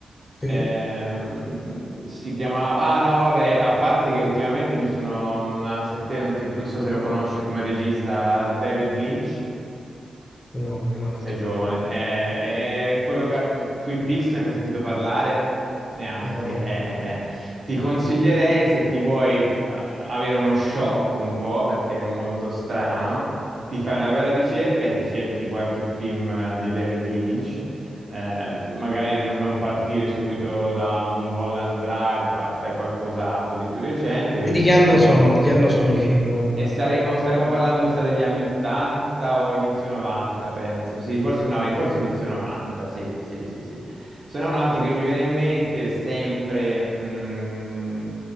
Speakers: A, on the left; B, on the right.
A: Sì?
B: Ehm, si chiamava... Ah no, vabbè, a parte che ultimamente mi sono... Una... Se te non ti- non so se lo conosci come regista, David Lynch.
A: No, mi manca.
B: Sei giovane. Eh, eh, quello che... Twin Peaks ne hai mai sentito parlare? Neanche.
A: No, no.
B: Eh, eh, eh. Ti consiglierei se ti vuoi eh, avere uno shock un po', perché è molto strano, ti fai una bella ricerca e ti cerchi qualche film eh, di David Lynch. Eh, magari non, non partire subito da Mulholland Drive, parti da qualcos'altro di più recente, vedi
A: E di
B: se
A: che anno
B: ti può...
A: sono? Di che anno sono i film?
B: E staremo, staremo parlando, mi sa, degli anni 80 o inizio 90, penso. Sì, forse no, forse inizio 90, sì, sì, sì, sì. Se no, un altro che mi viene in mente, sempre, mm,